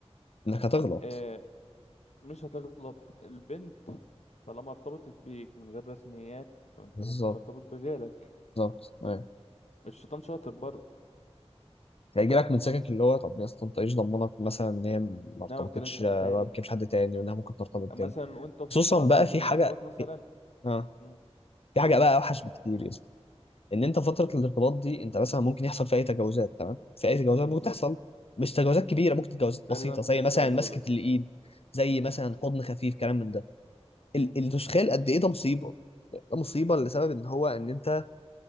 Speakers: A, on the left; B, on the left.
A: انك هتغلط
B: آه، مش هتغلط البنت طالما ارتبطت بيك من غير رسميات فانت
A: بالظبط
B: ممكن ترتبط بغيرك
A: بالظبط أيوة.
B: الشيطان شاطر برضه
A: هيجي لك من سكك اللي هو طب يا اسطى انت ايش ضمنك مثلا ان هي ما
B: انما
A: ارتبطتش
B: ما بتكلمش حد
A: آه،
B: تاني
A: ما بتكلمش حد تاني وانها ممكن ترتبط
B: مثلا
A: تاني
B: وانت في
A: خصوصا
B: فترة
A: بقى في
B: الارتباط
A: حاجه
B: مثلا
A: اه
B: مم،
A: في حاجه بقى اوحش بكتير يا اسطى ان
B: مم،
A: انت فتره الارتباط دي انت مثلا ممكن يحصل فيها اي تجاوزات تمام في اي تجاوزات
B: بالظبط
A: ممكن تحصل مش تجاوزات كبيره ممكن تجاوزات
B: ده
A: بسيطه
B: اللي انا كنت
A: زي
B: لسه
A: مثلا
B: هقوله
A: مسكه
B: لك اللي
A: الايد
B: هو
A: زي
B: مم،
A: مثلا حضن خفيف كلام من ده ال-
B: مم.
A: انت مش متخيل قد ايه ده مصيبه ده مصيبه لسبب ان هو ان انت